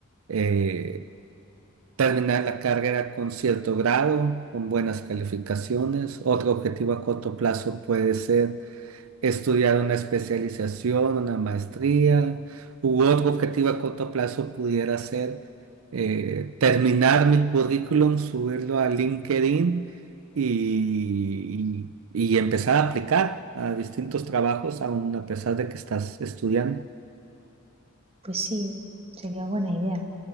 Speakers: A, on the right; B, on the right.
A: eh, Terminar la carrera con cierto grado, con buenas calificaciones. Otro objetivo a corto plazo puede ser estudiar una especialización, una maestría, u otro objetivo a corto plazo pudiera ser eh, terminar mi currículum, subirlo a LinkedIn y, y- y empezar a aplicar a distintos trabajos, aun a pesar de que estás estudiando.
B: Pues sí, sería buena idea.